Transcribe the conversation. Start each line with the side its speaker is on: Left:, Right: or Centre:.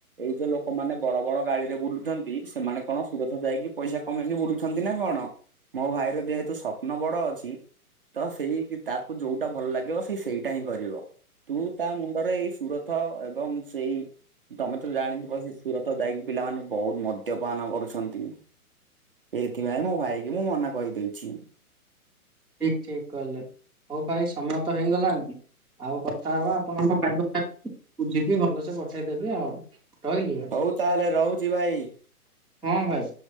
Right: ଏଇ ଯୋଉ ଲୋକମାନେ ବଡ ବଡ ଗାଡି ରେ ବୁଲୁଛନ୍ତି ସେମାନେ କଣ ସୁରତ ଯାଇକି ପଇସା କମେଇକି ବୁଲୁଛନ୍ତି ନା କଣ ମୋ ଭାଇର ଯେହେତୁ ସ୍ୱପ୍ନ ବଡ ଅଛି। ତ ସେଇ ତାକୁ ଯୋଉଟା ଭଲ ଲାଗିବ ସେ ସେଇଟା ହିଁ କରିବ। ତୁ ତା ମୁଣ୍ଡରେ ଏଇ ସୁରଥ ଏବଂ ସେଇ ତମେ ତ ଜାଣିଥିବ ସେ ସୁରତ ଯାଇକି ପିଲାମାନେ ବହୁତ ମଦ୍ୟପାନ କରୁଛନ୍ତି। ଏଇଥିପାଇଁ ମୋ ଭାଇ କି ମୁଁ ମନା କହିଦେଇଛି।
Centre: ଠିକ୍ ଠିକ୍ କହିଲେ ହଉ ଭାଇ ସମୟ ତ ହେଇଗଲାଣି। ଆଉ କଥା ହବା ଆପଣଙ୍କ ଭାଇ <unintelligible> ବୁଝିକି ଭଲସେ ପଠେଇଦେବି ଆଉ। ରହିଲି ଭାଇ
Right: ହଉ ତାହେଲେ ରହୁଛି ଭାଇ?
Centre: ହଁ ଭାଇ।